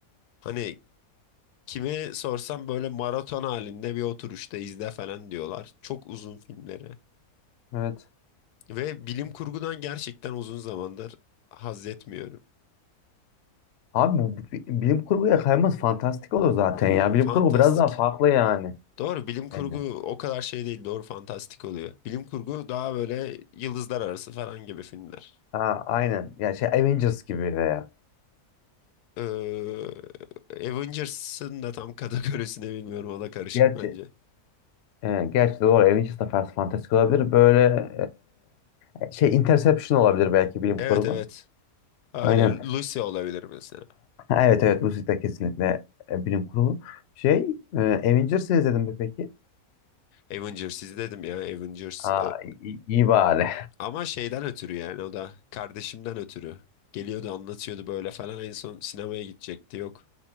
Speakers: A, on the left (about 80°); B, on the left (about 60°).
A: Hani kime sorsam böyle maraton halinde bir oturuşta izle falan diyorlar. Çok uzun filmleri.
B: Evet.
A: Ve bilim kurgudan gerçekten uzun zamandır haz etmiyorum.
B: Abi bu bi- bilim kurguya kayması fantastik olur zaten ya. Bilim
A: Fantastik.
B: kurgu biraz daha farklı yani.
A: Doğru bilim kurgu
B: Bence.
A: o kadar şey değil doğru fantastik oluyor. Bilim kurgu daha böyle yıldızlar arası falan gibi filmler.
B: Ha aynen. Yani şey Avengers gibi veya.
A: Ee, Avengers'ın da tam <laughs> kategorisini bilmiyorum o da karışık
B: Gerçi
A: bence.
B: E, gerçi doğru Avengers da Fast Fantastic olabilir. Böyle e, şey Interception olabilir belki bilim
A: Evet
B: kurgu.
A: evet öyle
B: Aynen.
A: Lucy
B: <laughs>
A: olabilir mesela.
B: Evet evet Lucid de kesinlikle e, bilim kurgu. Şey e, Avengers'ı izledin mi peki?
A: Avengers izledim ya Avengers
B: Aa,
A: Ee,
B: iyi, iyi bari.
A: ama şeyden ötürü yani o da kardeşimden ötürü. Geliyordu anlatıyordu böyle falan en son sinemaya gidecekti yok.